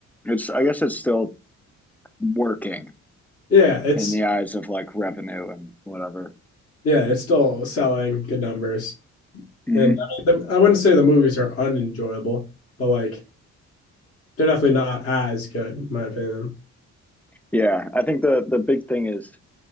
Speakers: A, in the centre; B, on the left (about 50°).
A: It's I guess it's still working
B: Yeah, it's
A: in the eyes of like revenue and whatever.
B: yeah, it's still selling good numbers,
A: hmm
B: and I, mean, the, I wouldn't say the movies are unenjoyable, but like they're definitely not as good, in my opinion.
A: Yeah, I think the the big thing is